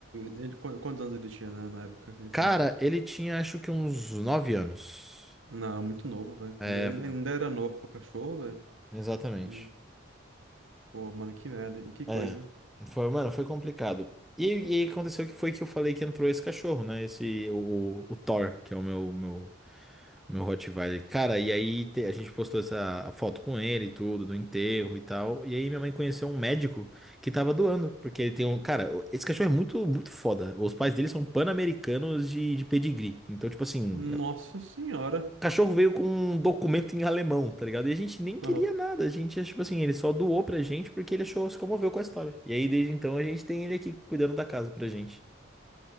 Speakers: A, on the right; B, in the centre.
A: ele- qu- Quantos anos ele tinha, né, na época que ele
B: Cara,
A: foi?
B: ele tinha acho que uns 9 anos.
A: Não, muito novo, velho.
B: É,
A: Ainda, ainda
B: é,
A: ainda era novo pro cachorro, velho.
B: exatamente.
A: Hum. Pô, mano, que merda, hein? que coisa,
B: É,
A: hein?
B: foi, mano, foi complicado. E, e aí aconteceu que foi que eu falei que entrou esse cachorro, né? Esse, o, o, o Thor, que é o meu, meu, meu Rottweiler. Cara, e aí te- a gente postou essa a foto com ele e tudo, do enterro e tal. E aí minha mãe conheceu um médico que tava doando, porque ele tem um. Cara, esse cachorro é muito, muito foda. Os pais dele são pan-americanos de, de pedigree. Então, tipo assim,
A: Nossa senhora.
B: o cachorro veio com um documento em alemão, tá ligado? E a gente nem queria
A: Aham.
B: nada, a gente, tipo assim, ele só doou pra gente porque ele achou, se comoveu com a história. E aí, desde então, a gente tem ele aqui cuidando da casa pra gente.